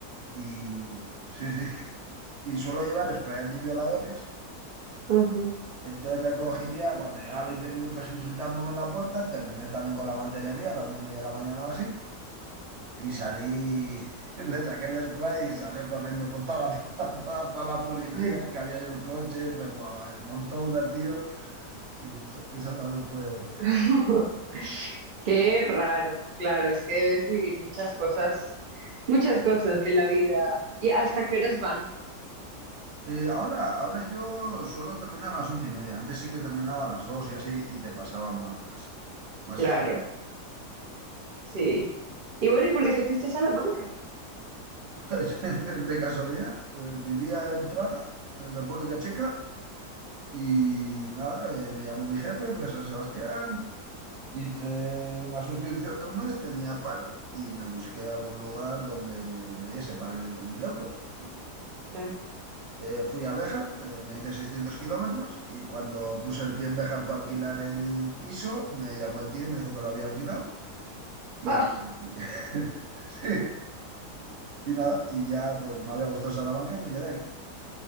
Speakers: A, on the right; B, on the right.
A: Y sí, sí. <laughs> Y suelo llevar spray antivioladores.
B: ajá.
A: Entonces le cogía, cuando llevaba 20 minutos insultándome en la puerta, terminé también con la mantelería a las 9 y media de la mañana o así. Y salí, <laughs> le saqué el spray y salió corriendo por toda la <laughs> plaza. Fue a la policía,
B: Ay,
A: que había ahí un coche, me buah, montó una al tío. Sí, esa, esa también fue. uf.
B: <laughs> Qué raro. Claro, es que debes vivir muchas cosas, muchas cosas de la vida. ¿Y hasta qué horas van?
A: Eh, ahora, ahora yo suelo terminar a las once y media. Antes sí que terminaba a las dos y así y te pasaban más, más
B: Claro,
A: historia.
B: sí.
A: Sí. <laughs>
B: Y bueno, ¿y por qué te fuiste a Salamanca?
A: Pues, de casualidad, eh, vivía en Praga, en República Checa, y nada, eh, me llamó mi jefe, fui a San Sebastián, hice una sustitución de un mes, tenía paro y me busqué algún lugar donde me diese para vivir con mil euros. Y
B: Claro.
A: Eh, fui a Béjar, eh, me hice 600 kilómetros y cuando puse el pie en Béjar para alquilar el piso, me llamó el tío y me dijo que lo había alquilado. Y
B: Ah,
A: <laughs> sí, y nada, y ya pues me había gustado Salamanca y me quedé aquí.